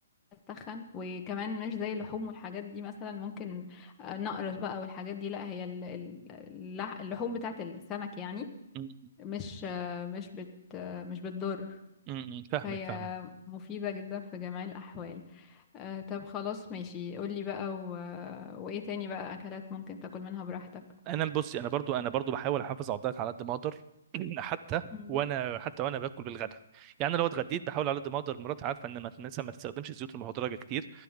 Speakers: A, on the left; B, on the right.
A: هتتخن وكمان مش زي اللحوم والحاجات دي مثلا ممكن آه، نقرص بقى والحاجات دي لا هي ال- ال- اللح- اللحوم بتاعت السمك يعني
B: أمم،
A: مش آه، مش بت آه، مش بتضر
B: أمم، <clears throat> فاهمك
A: فهي
B: فاهمك
A: مفيدة جدا في جميع الأحوال آه، طب خلاص ماشي قولي بقى و... وإيه تاني بقى أكلات ممكن تاكل منها براحتك
B: انا بصي انا برضو انا برضو بحاول احافظ على الدايت على قد ما اقدر <clears throat> حتى
A: مم.
B: وانا حتى وانا باكل بالغدا يعني أنا لو اتغديت بحاول على قد ما اقدر مراتي عارفه ان ما مثلا ما تستخدمش الزيوت المهدرجه كتير